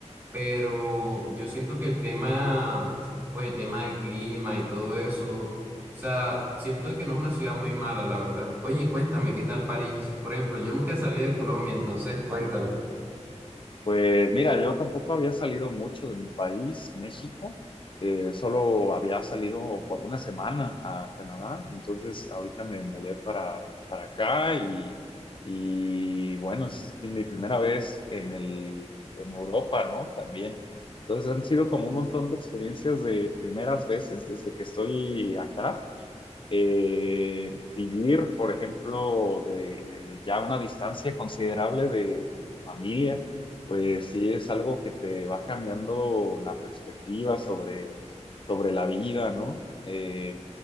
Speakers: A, on the right; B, on the left.
A: pero yo siento que el tema, pues el tema del clima y todo eso, o sea, siento de que no es una ciudad muy mala, la verdad. Oye, cuéntame, ¿qué tal París? Por ejemplo, yo nunca salí de
B: sí.
A: Colombia, entonces cuéntame.
B: Pues mira, yo tampoco había salido mucho de mi país, México. Eh, solo había salido por una semana a Canadá. Entonces ahorita me mudé para, para acá y, y bueno, es mi primera vez en el, en Europa, ¿no? También. Entonces han sido como un montón de experiencias de primeras veces desde que estoy acá. eh, vivir, por ejemplo, de ya una distancia considerable de, de tu familia, pues sí es algo que te va cambiando la perspectiva sobre, sobre la vida, ¿no? Eh,